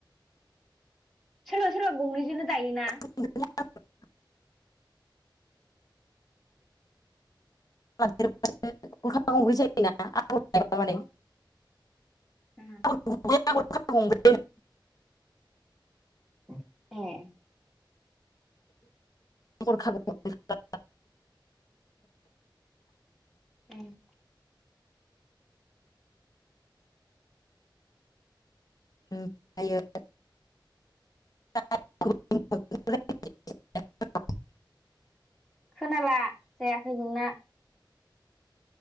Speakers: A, in the centre; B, on the left.
A: सोरबा सोरबा गंनैजोंनो दायोना।
B: <unintelligible> <unintelligible> गरखा गंब्रै जायोना आगर एबा मादै?
A: <unintelligible>
B: <inaudible>
A: <unintelligible>
B: <unintelligible>
A: उम
B: ओमफ्रायो <unintelligible>
A: खोनाला जायाखै नोंना